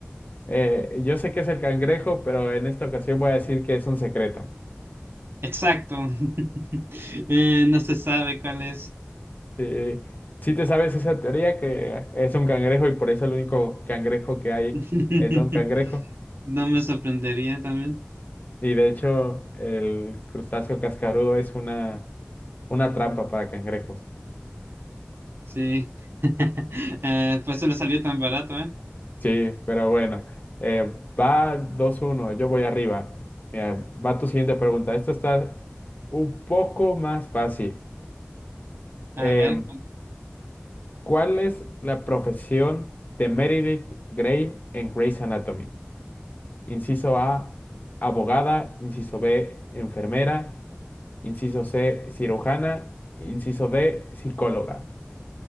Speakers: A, on the left; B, on the right.
A: eh, yo sé que es el cangrejo, pero en esta ocasión voy a decir que es un secreto.
B: Exacto. <laughs> Eh, no se sabe cuál es.
A: Sí, sí te sabes esa teoría que es un cangrejo y por eso el único cangrejo que hay
B: <laughs>
A: es Don Cangrejo.
B: No me sorprendería también.
A: Y de hecho, el crustáceo cascarudo es una, una trampa para cangrejos.
B: Sí. <laughs> Eh, por eso le salió tan barato, ¿eh?
A: Sí, pero bueno, eh, va dos uno, yo voy arriba. Mira, va tu siguiente pregunta. Esta está un poco más fácil. Em,
B: A ver,
A: ¿cuál es la profesión de Meredith Grey en Grey's Anatomy? Inciso A, abogada. Inciso B, enfermera. Inciso C, cirujana. Inciso D, psicóloga.